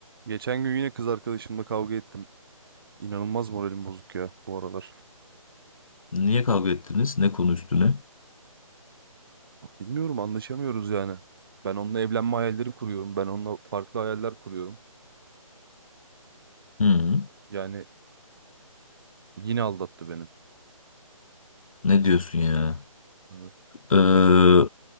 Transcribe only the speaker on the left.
Niye kavga ettiniz? Ne konu üstüne?
Hı,
ne diyorsun ya?
Ee,